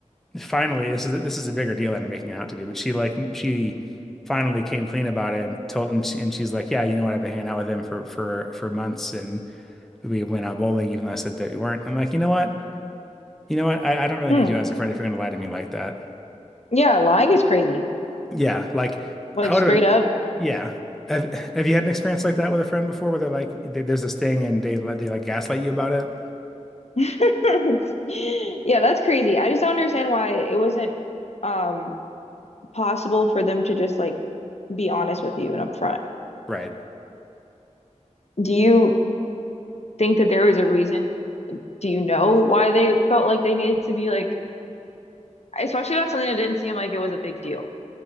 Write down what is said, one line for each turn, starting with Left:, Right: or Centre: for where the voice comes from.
Centre: finally this is this is a bigger deal than I'm making it out to be, but she like she finally came clean about it and told and, she, and she's like, "Yeah, you know what? I've been hanging out with him for for for months and we went out bowling even though I said that you weren't." I'm like, "You know what? You know what? I, I don't really
Left: Hmm.
Centre: need you as a friend if you're going to lie to me like that."
Left: Yeah, lying is crazy.
Centre: Yeah, like
Left: Like
Centre: I would
Left: straight
Centre: have
Left: up.
Centre: yeah. Have, have you had an experience like that with a friend before where they're like there- there's this thing and they like they like gaslight you about it?
Left: <laughs> Yeah, that's crazy. I just don't understand why it wasn't um possible for them to just like be honest with you and upfront.
Centre: Right.
Left: Do you think that there was a reason? Do you know why they felt like they needed to be like, especially about something that didn't seem like it was a big deal,